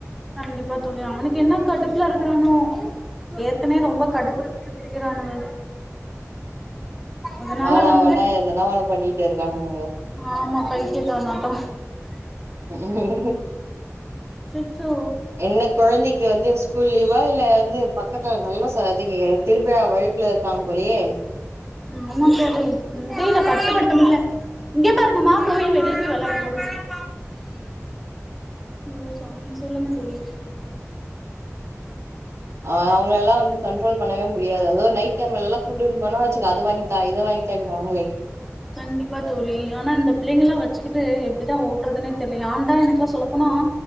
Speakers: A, in the centre; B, on the right.
A: கண்டிப்பா தோழி அவனுக்கு என்ன கடுப்புல இருக்கறானோ ஏற்கனவே ரொம்ப கடுப்பு இருக்கறானுக அதனால
B: ஆனா
A: வந்து
B: அவனா எதனா ஒண்ணு பண்ணிட்டு இருக்கானுங்க
A: ஆமா பைத்தியா காரனாட்டொ
B: உம்
A: அச்சச்சோ
B: என்ன குழந்தைக்கு வந்து ஸ்கூல் லீவா இல்ல வந்து பக்கத்துல நல்லா சதங் கேக்குது திருபிழா வைப்ல தா போலேயே
A: ஆமா தோழி முடியல கட்டுப்படுத்த முடில இங்கே பாருங்கம்மா போய் வெளில போய் விள்யாடு போ <inaudible> ஐயோ சாமி சொல்லுங்க தோழி
B: அவங்கள எல்லா வந்து கண்ட்ரோல் பண்ணவே முடியாது அது நைட் டைம்லெல்லா கூட்டுன் போனா வச்சிக்கோ அத வாங்கிதா இத வாங்கிதான்னு வாங்களே
A: கண்டிப்பா தோழி ஆனா இந்த பிள்ளைங்கல்லா வச்சி கிட்டு எப்டித்தா ஓட்றதுனே தெர்லைங் யாண்டா எனக்கெலா சொல்லப்போனா